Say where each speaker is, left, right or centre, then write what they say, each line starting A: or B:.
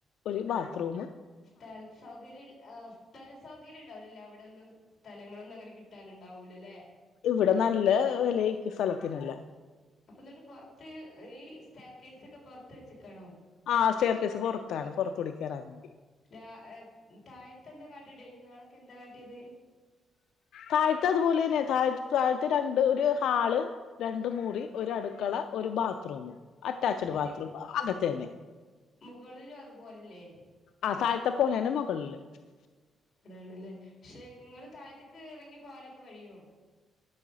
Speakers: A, on the left; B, on the left.
A: ഒരു ബാത്ത്റൂമ്
B: സ്ഥെൽ സൗകര്യൽ ഏഹ് സ്ഥല സൗകര്യണ്ടാവ്ല ലേ അവ്ടെന്നു സ്ഥലങ്ങളൊന്നും അങ്ങനെ കിട്ടാനിണ്ടാവൂലല്ലേ
A: ഇവിടെ നല്ല വെലെയ്ക്കു സലത്തിനല്ല
B: അപ്പൊന്നിട്ട് പൊറത്ത് ഈ സ്റ്റെയർകേസെക്കെ പൊർത്ത് വെച്ചക്കാണോ
A: ആഹ് സ്റ്റേർകേസ് പൊർത്താണ് പൊർത്തൂടി കേറാവേണ്ടി
B: ആ ഏഹ് താഴത്തെന്താ കാട്ട്യെ ഡെയ്നിഹാളക്കെന്താ കാട്ട്യേത്
A: താഴ്ത്തത്പോലെന്നെ തഴത് താഴത്ത് രണ്ട് ഒര് ഹാള് രണ്ടുമുറി ഒരു അടുക്കള ഒരു ബാത്ത്റൂമും അറ്റാച്ച്ഡ്
B: അപ്പൊ
A: ബാത്രൂം
B: നി
A: അകത്തെന്നെ
B: മുകളിലും അതുപോലെല്ലേ
A: ആഹ് താഴത്തെ പോലെന്നെ മുകളില്
B: അവിടെണ്ല്ലേ ഷെ നിങ്ങള് താഴത്തക്ക് ഇറങ്ങി പോകാനൊക്കെ കഴിയോ